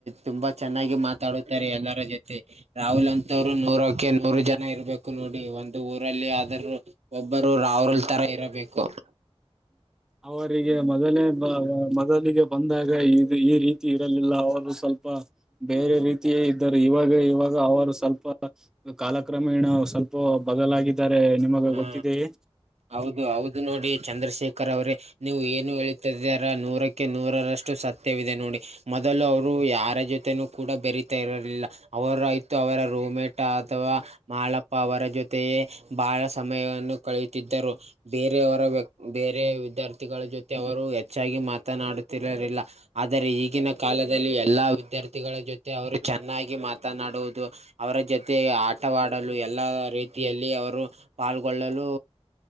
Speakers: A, on the right; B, in the centre.
A: ತುಂಬಾ ಚೆನ್ನಾಗಿ ಮಾತಾಡುತ್ತಾರೆ ಎಲ್ಲರ ಜೊತೆ. ರಾಹುಲ್ ಅಂತವ್ರು ನೂರಕ್ಕೆ ನೂರು ಜನ ಇರಬೇಕು ನೋಡಿ ಒಂದು ಊರಲ್ಲಿ ಆದರು. ಒಬ್ಬರು ರಾಹುಲ್ ತರ ಇರಬೇಕು.
B: ಅವರಿಗೆ ಮೊದಲೊಬ್ಬ ಮೊದಲಿಗೆ, ಬಂದಾಗ ಇದು ಈ ರೀತಿ ಇರಲಿಲ್ಲ ಅವಾಗು ಸ್ವಲ್ಪ. ಬೇರೆ ರೀತಿಯೇ ಇದ್ದರು ಇವಾಗ ಇವಾಗ ಅವರು ಸ್ವಲ್ಪ. ಕಾಲಕ್ರಮೇಣ ಸ್ವಲ್ಪ ಬದಲಾಗಿದ್ದಾರೆ. ನಿಮಗೆ
A: ಹಾ
B: ಗೊತ್ತಿದೆಯೇ
A: ಹೌದು ಹೌದು ನೋಡಿ ಚಂದ್ರಶೇಖರ್ ಅವ್ರೆ ನೀವು ಏನು ಹೇಳಿ ತದ್ಯಾರ ನೂರಕ್ಕೆ ನೂರರಷ್ಟು ಸತ್ಯವಿದೆ ನೋಡಿ ಮೊದಲು ಅವರು ಯಾರ ಜೊತೆ ತನು ಕೂಡ ಬೆರಿತಾ ಇರ್ಲಿಲ್ಲ. ಅವರು ಆಯ್ತು ಅವರ ರೂಮ ಮೇಟ್ ಅಥವಾ ಮಾಲಪ್ಪ ಅವರ ಜೊತೆಯೇ ಬಹಳ ತಮೆಯನ್ನು ಕಳೆಯುತ್ತಿದ್ದರು ಬೇರೆಯವರ ವ್ಯಕ್ ಬೇರೆೆಯ ವಿದ್ಯಾರ್ಥಿಗಳ ಜೊತೆ ಅವರು ಎ ಹೆಚ್ಚಾಗಿ ಮಾತನಾಡುತ್ತಿರಲಿಲ್ಲ ಆದರೆ ಈಗಿನ ಕಾಲದಲ್ಲಿ ಎಲ್ಲಾ ವಿದ್ಯಾರ್ಥಿಗಳ ಜೊತೆ. ಅವರು ಚೆನ್ನಾಗಿ ಮಾತನಾಡುವುದು ಅವರ ಜೊತೆ ಆಟವಾಡಲು ಎಲ್ಲಾ ರೀತಿ ಎಲ್ಲಿ ಅವರು ಪಾಲ್ಗೊಳ್ಳಲು